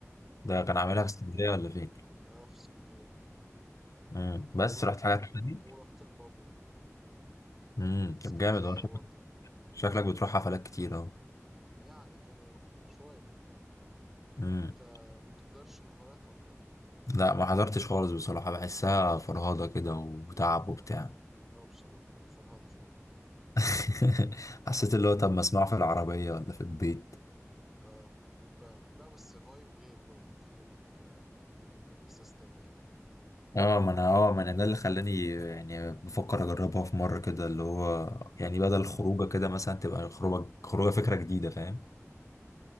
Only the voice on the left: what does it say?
ده
كان عاملها في اسكندريه ولا فين
امم بس
رحت حاجات تانية
امم
طب جامد والله. شك-
شكلك بتروح حفلات كتير اهو
امم
لا ما حضرتش خالص بصراحه بحسها فرهاده كده وتعب وبتاع
<laughs> حسيت اللي هو طب ما اسمعه في العربيه ولا في البيت
اه ما انا اه ما انا ده اللي خلاني يعني بفكر اجربها في مره كده اللي هو يعني بدل الخروجه كده مثلا تبقى خروجه خروجه فكره جديده فاهم